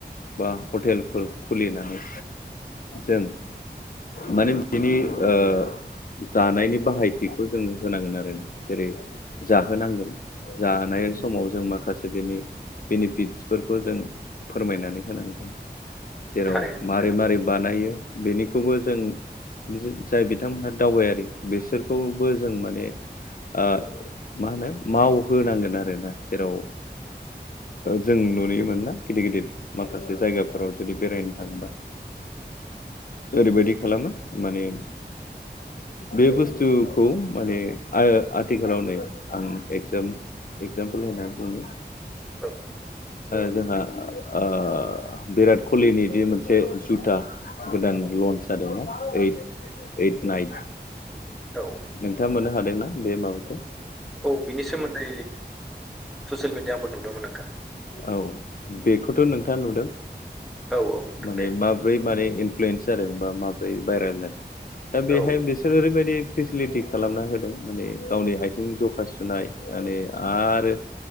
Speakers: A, on the left (about 50°); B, in the centre.
A: बा हटेलफोर खुलिनानै जों माने बिनि ओ जानायनि बाहायथिखौ जोंङो होनांगोन आरो जेरै जाहोनांगोन जानाय समाव जों माखासे बेनि बेनिफिट्सफोर <inaudible> जों फोरमायनानै होनांगोन जेराव
B: थारैनो नोंथां
A: मारै-मारै बानायो बेनिखौबो जों जाय बिथांमोनहा दावबायारि बिसोरखौबो जों माने ओ मा होनो मावहोनांगोन आरोोना जेराव जों नुयो मोना गिदिर गिदिर माखासे जायगाफोराव जुदि बेरायनो थाङोबा ओरैबायदि खालामो माने बे बुस्थुखौ माने आ आथिखालाव नै आं एक्जाम एगजामपोल होननानै बुंनो
B: औ
A: जोंहा ओ बिराट कलिनि दि मोनसे जुथा गोदान लन्स जादोंना ओइट ओइट नाइट
B: औ
A: नोंथाङा मोननो हादोंना बे माबाखौ
B: औ बिनि सोमोन्दै ससियेल मिडियायाव आंबो नुदोंमोन नोंथां
A: औ बेखौथ' नोंथाङा नुदों
B: औ औ नुदों
A: माने
B: दे
A: मा ब्रै मारै इनफ्लुयेन्स जादों बा माब्रै भाइरेल जादों दा बेहाय
B: औ
A: बेसोर ओरैबायदि फेसिलिटि खालामना होदों माने गावनि आथिं ज'खा सुनाय दानै आरो